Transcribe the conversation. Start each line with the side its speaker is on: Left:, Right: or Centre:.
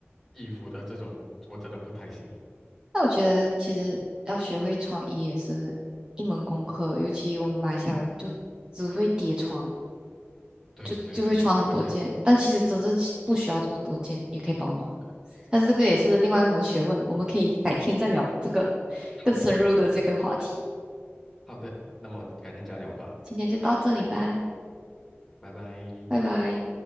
Centre: 衣服的这种，我真的不太行。
Right: 那我觉得其实要学会穿衣也是一门功课，尤其我们马来西亚人就只会叠穿，
Centre: 对对对对对，
Right: 就就会穿很多件，
Centre: 而且
Right: 但其实真正是不需要这么多件也可以保暖的。但是这个也是另外一门学问，我们可以改天再聊这个
Centre: 好的
Right: 更深入的这个话题。
Centre: 好的，那么改天再聊吧，
Right: 今天就到这里吧。
Centre: 拜拜。
Right: 拜拜。